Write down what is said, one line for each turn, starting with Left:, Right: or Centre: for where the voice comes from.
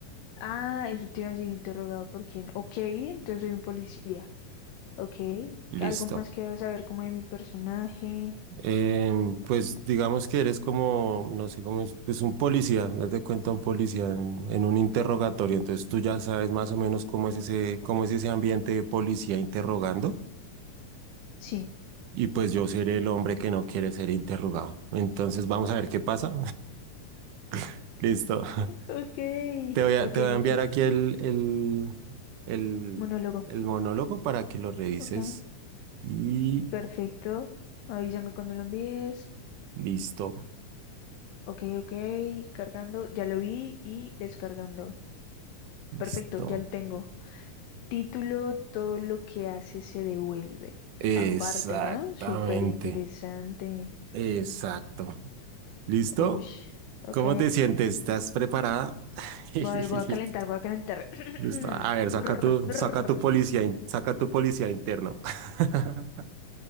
Left: Ah, eso te iba a decir interrogado por quién. Ok, entonces soy un policía. Ok,
Right: Listo.
Left: algo más que saber como de mi personaje.
Right: Em, pues digamos que eres como, no sé cómo es, pues un policía, date cuenta un policía en, en un interrogatorio, entonces tú ya sabes más o menos cómo es ese, cómo es ese ambiente de policía interrogando
Left: Sí.
Right: y pues yo seré el hombre que no quiere ser interrogado. Entonces vamos a ver qué pasa. <laughs> Listo. <laughs>
Left: Ok,
Right: Te voy a,
Left: ok,
Right: te voy a enviar
Left: ok.
Right: aquí el, el, el,
Left: Monólogo.
Right: el monólogo para que lo revises
Left: Ok,
Right: y
Left: perfecto. Avísame cuando lo envíes.
Right: listo,
Left: Ok, ok. Cargando, ya lo vi y descargando.
Right: listo.
Left: Perfecto, ya lo tengo. Título, todo lo que hace se devuelve.
Right: Exactamente,
Left: Aparte, ¿no? Súper interesante.
Right: exacto. ¿Listo?
Left: Ush. Ok.
Right: ¿Cómo te sientes? ¿Estás preparada? <laughs>
Left: Voy a ver, voy a calentar, voy a calentar. <clears throat>
Right: Está- A ver,
Left: Brr,
Right: saca tu,
Left: brr.
Right: saca tu policía, in- saca tu policía interno. <laughs>